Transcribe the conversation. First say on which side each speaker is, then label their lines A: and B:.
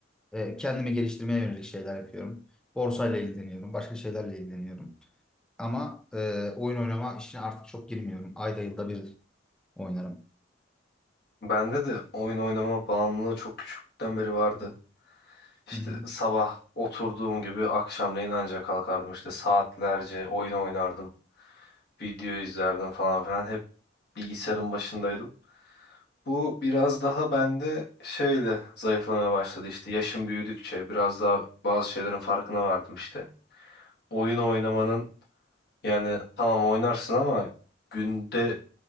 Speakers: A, in the centre; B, on the left.
A: E, kendimi geliştirmeye yönelik şeyler yapıyorum. Borsayla ilgileniyorum, başka şeylerle ilgileniyorum. Ama e, oyun oynama işine artık çok girmiyorum. Ayda yılda bir oynarım.
B: Bende de oyun oynama bağımlılığı çok küçüklükten beri vardı. İşte
A: Hı hı.
B: sabah oturduğum gibi akşamleyin ancak kalkardım. İşte saatlerce oyun oynardım. Video izlerdim falan filan. Hep bilgisayarın başındaydım. Bu biraz daha bende şeyle zayıflamaya başladı. İşte yaşım büyüdükçe biraz daha bazı şeylerin farkına vardım işte. Oyun oynamanın yani tamam oynarsın ama günde